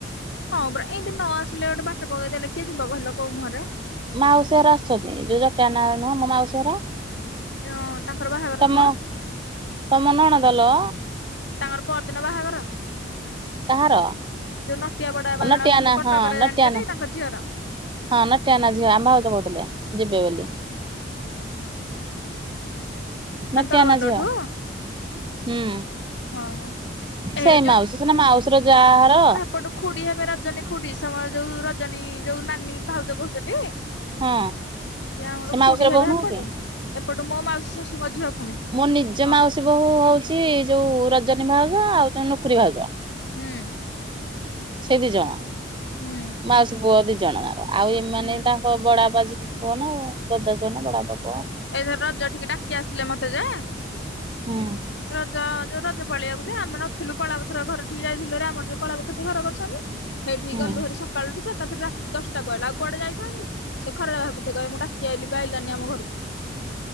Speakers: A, on the left; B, on the right.
A: ହଁ ପରା ଏନ୍ତି ନ ଆସିଲେ ଗୋଟେ ବାଟ ପକେଇଦେଲେ କିଏ ଯିବ କହିଲ କୋଉ ମୁହଁରେ।
B: ମାଉସୀ ଘର ଆସୁଚନ୍ତି ଯୋଉ ଜଟିଆ ନା ନୁହଁ ମୋ ମାଉସୀ ଘର।
A: ହଁ ତାଙ୍କର ବାହାଘର
B: ତମ
A: ନୁହଁ
B: ତମ ନଣନ୍ଦ ଲୋ
A: ତାଙ୍କର ପରଦିନ ବାହାଘର।
B: କାହାର?
A: ଯୋଉ ନଟିଆ ବଡବାପା
B: ନଟିଆନା
A: ଜଣେ ଅଛନ୍ତି କଟକରେ
B: ହଁ ନଟିଆନା
A: ଜାଣିଚ ଟି ତାଙ୍କ ଝିଅର।
B: ହଁ ନଟିଆ ନା ଝିଅ ଆମ ଭାଉଜ କହୁଥିଲେ ଯିବେ ବୋଲି।
A: ମାନେ
B: ନଟିଆ
A: ତରବରଲୋଠୁ
B: ନା ଝିଅ ହୁଁ।
A: ହଁ। ଏଇ
B: ସେ ମାଉସୀ ସିନା ମାଉସୀର ଯା ହର।
A: ଏପଟୁ ଖୁଡ଼ି ହେବେ ରଜନୀ ଖୁଡ଼ି ସମ ଯୋଉ ରଜନୀ ଯୋଉ ନାନୀ ଭାଉଜ କହୁଚ ଟି।
B: ହଁ।
A: ସିଏ ଆମର
B: ସେ ମାଉସୀର
A: ଖୁଡି ହେବେ
B: ବୋହୁ ନୁହଁ
A: ଏପଟୁ
B: କି?
A: ଏପଟୁ ମୋ ମାଉସୀ ଶାଶୁଙ୍କ ଝିଅ ଫୁଣି।
B: ମୋ ନିଜ
A: ହଁ
B: ମାଉସୀ ବୋହୂ ହଉଚି ଯୋଉ ରଜନୀ ଭାଉଜ ଆଉ ତା ନୁଖୁରୀ ଭାଉଜ।
A: ହୁଁ।
B: ସେ ଦି ଜଣ
A: ହୁଁ
B: ମାଉସୀ ପୁଅ ଦି ଜଣ ଯାକ ଆଉ ଏମାନେ
A: ହୁଁ
B: ତାଙ୍କ ବଡାଆପା ଝିଅ ପୁଅ ନା ଆଉ ଦାଦା ଝିଅ ନା ବଡାଆପା
A: ଏଇଥର ରଜ ଠିକି ଡାକି ଆସିଥିଲେ ମତେ ଯେ
B: ହୁଁ
A: ରଜ ଯୋଉ ରଜ ପାଳିଆକୁ ଯେ ଆମେ ନଥିଲୁ କଳାପଥର ଘର ଠିକି ଯାଇଥିଲୁ ଭାରି ଆମର ଯୋଉ କଳାପଥର ଠେଇ ଘର କରି ଛନ୍ତି ସେଇଠିକି
B: ହୁଁ
A: ଗଲୁ ଭାରି ସକାଳୁଠୁ ଯେ ଏକା ଥରେ ରାତି ଦଶଟା କୁ ଆଇଲୁ ଆଉ କୁଆଡେ ଯାଇଥାନ୍ତି। ସେ ଖରାପ ଭାବିଥିବେ କହିବେ ମୁଁ ଡାକି ଆଇଲିି ବି ଆଇଲାନି ଆମ ଘରୁକୁ।